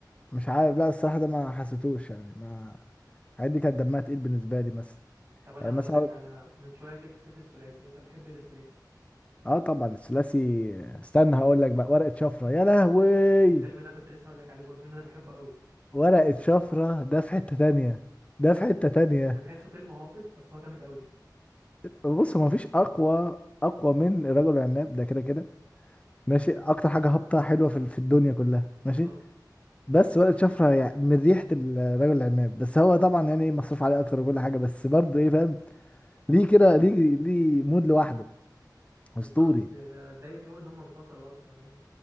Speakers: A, on the left; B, on the right.
A: مش عارف لا الصراحه ده ما حسيتوش يعني ما الحاجات دي كانت دمها تقيل بالنسبه لي مثلا
B: طب انا
A: يعني
B: هقول
A: مثلا
B: لك انا من شويه جبت سيره الثلاثي انت بتحب ايه الثلاثي
A: اه طبعا الثلاثي استنى هقول لك بقى ورقه شفره يا لهوي
B: الفيلم ده كنت لسه هقول لك عليه برضه الفيلم ده بحبه قوي
A: ورقه شفره ده في حته تانية ده في حته تانية
B: انت تحسه فيلم هابط بس هو جامد قوي
A: بص هو مفيش اقوى اقوى من الرجل العناب ده كده كده ماشي اكتر حاجه هابطه حلوه في في الدنيا كلها
B: بالظبط
A: ماشي بس ورقه شفره يعني من ريحه الرجل العناب بس هو طبعا يعني مصروف عليه اكتر وكل حاجه بس برضه ايه فاهم ليه كده ليه ليه مود لوحده
B: بالظبط
A: اسطوري
B: آه، انا اتضايقت قوي ان هم انفصلوا اصلا يعني